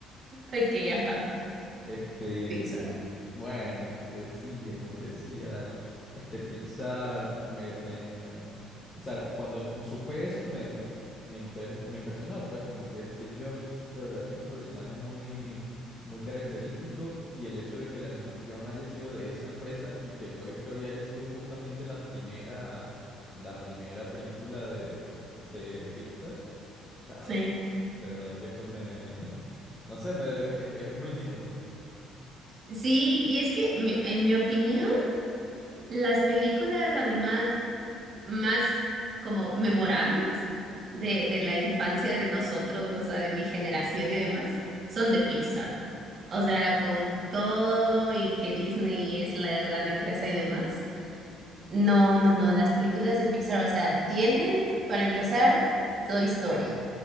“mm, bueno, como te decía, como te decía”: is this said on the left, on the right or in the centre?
Left